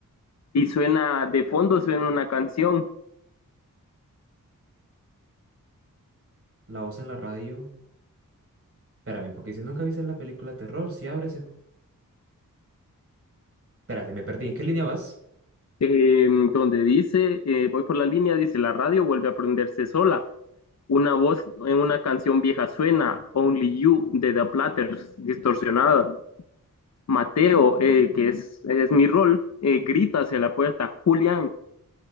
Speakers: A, on the left (about 50°); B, on the right (about 45°).
A: y suena, de fondo suena una canción
B: la voz en la radio. Espérame, porque si nunca viste la película terror, si abres. el- Espérate, me perdí. ¿En qué línea vas?
A: em, donde dice, eh, voy por la línea, dice, la radio vuelve a prenderse sola, una voz en una canción vieja suena, Only You de The Platters, distorsionada. Mateo, eh, que es, es mi rol, eh, grita hacia la puerta, Julián.